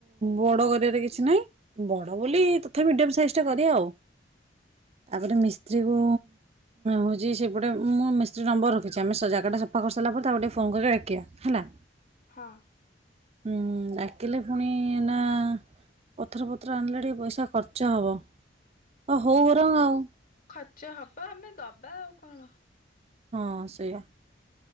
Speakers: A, on the right; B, on the left.
A: ବଡ କରିବାର କିଛି ନାହିଁ ବଡ ବୋଲି ତଥା ମିଡିୟମ ସାଇଜ ଟା କରିବା ଆଉ ତାପରେ ମିସ୍ତ୍ରୀ କ ହଉଛି ସେପଟେ ମୁଁ ମିସ୍ତ୍ରୀ ନମ୍ବର ରଖିଛି ଆମେ ଜାଗାଟା ସଫା କରିସାରିଲା ପରେ ତାକୁ ଟିକେ ଫୋନ କରି ରଡଖିବା ହେଲା
B: ହଁ
A: ହୁଁ ଡାକିଲେ ପୁଣି ନା ପଥର ପଥ୍ର ଆଣିଲେ ଟିକେ ପଇସା ଖର୍ଚ୍ଚ ହେବ ଓ ହଉ ରଙ୍ଗ ଆଉ
B: ଆଚଛା ହବା ଆମେ ଦବା ଆଉ କଣ
A: ହଁ ସେଇଆ